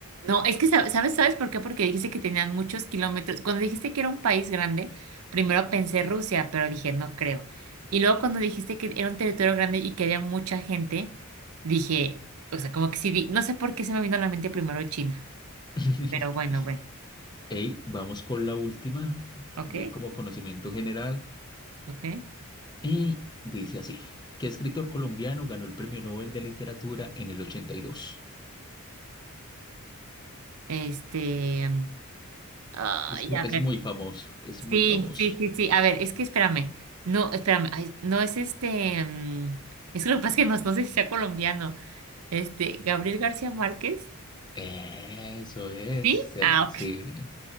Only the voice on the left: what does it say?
<laughs>
Ey, vamos con la última, también
como conocimiento general.
Y dice así, ¿qué escritor colombiano ganó el Premio Nobel de Literatura en el 82?
Es, mu-
es
muy famoso, es muy
famoso.
Eso es,
cer-
sí,